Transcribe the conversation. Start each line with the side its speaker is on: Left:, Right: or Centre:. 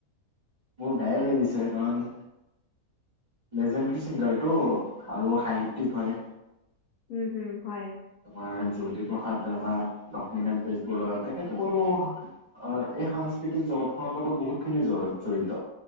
Right: মোৰ বেয়াই লাগিছে কাৰণ। লেজেণ্ডৰী ছিংগাৰটো আৰু সাহিত্যিক হয়।
Left: উম হুম হয়
Right: তোমাৰ জ্যোতিপ্ৰসাদ ৰাভা লক্ষ্মীনাথ বেজবৰুৱা তেখেতসকলো অ এই সাংস্কৃতিক জতখনৰ লগত বহুতখিনি জৰুৰিত জৰিত